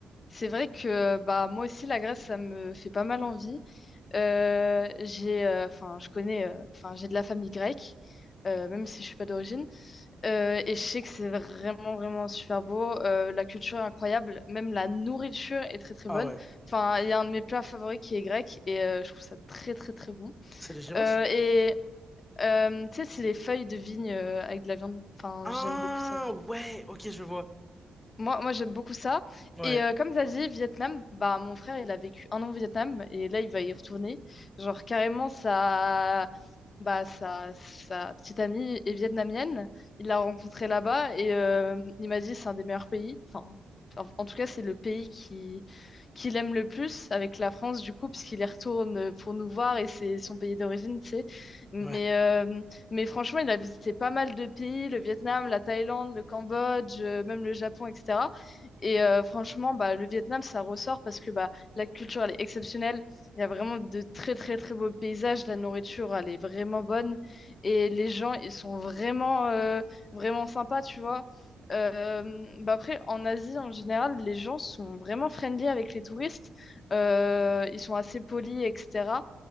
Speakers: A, on the left (about 50°); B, on the left (about 15°).
A: c'est vrai que bah moi aussi la Grèce, ça me fait pas mal envie. Euh, j'ai, euh, enfin, je connais, euh, enfin, j'ai de la famille grecque, euh, même si je suis pas d'origine. Euh, et je sais que c'est vraiment, vraiment super beau. Euh, la culture est incroyable. Même la nourriture est très, très
B: Ah
A: bonne.
B: ouais.
A: Enfin, il y a un de mes plats favoris qui est grec et euh, je trouve ça très, très, très bon.
B: C'est les gyros?
A: Euh, et euh, tu sais, c'est les feuilles de vigne euh, avec de la viande. Enfin,
B: Ah
A: j'aime beaucoup ça.
B: ouais, ok, je vois.
A: Moi, moi j'aime beaucoup ça.
B: Ouais,
A: Et euh, comme tu as dit, Vietnam, bah, mon frère, il a vécu un an au Vietnam et là, il va y retourner. Genre, carrément, sa, bah, sa, sa petite amie est vietnamienne. Il l'a rencontrée là-bas et euh, il m'a dit c'est un des meilleurs pays. Enfin, en, en tout cas, c'est le pays qui, qu'il aime le plus avec la France, du coup, parce qu'il y retourne pour nous voir et c'est son pays d'origine, tu sais. Mais
B: ouais,
A: euh, mais franchement, il a visité pas mal de pays, le Vietnam, la Thaïlande, le Cambodge, euh, même le Japon, etc. Et euh, franchement, bah, le Vietnam, ça ressort parce que bah, la culture, elle est exceptionnelle. Il y a vraiment de très, très, très beaux paysages. La nourriture, elle est vraiment bonne. Et les gens, ils sont vraiment, euh, vraiment sympas, tu vois. Euh, bah après, en Asie, en général, les gens sont vraiment friendly avec les touristes. Euh, ils sont assez polis, etc.